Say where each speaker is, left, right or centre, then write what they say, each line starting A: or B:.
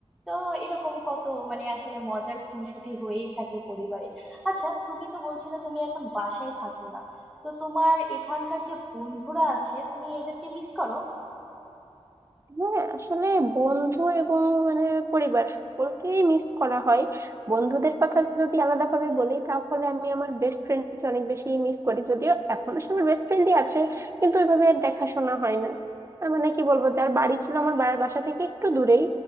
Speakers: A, in the centre; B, on the right.
A: তো এরকম কত মানে আসলে মজার খুনসুটি হয়েই থাকে পরিবারে আচ্ছা তুমি তো বলছিলে তুমি এখন বাসায় থাকো না তো তোমার এখানকার যে বন্ধুরা আছে তুমি এদেরকে মিস করো
B: হ্যাঁ আসলে বন্ধু এবং মানে পরিবার সকলকেই মিস করা হয় বন্ধুদের কথা যদি আলাদা ভাবে বলি তাহলে আমি আমার বেস্ট ফ্রেন্ডকে অনেক বেশি মিস করি যদিও এখনো সে আমার বেস্ট ফ্রেন্ডই আছে কিন্তু ওইভাবে আর দেখাশোনা হয় না আহ, মানে কি বলবো যার বাড়ি ছিল আমার বাড়ির বাসা থেকে একটু দূরেই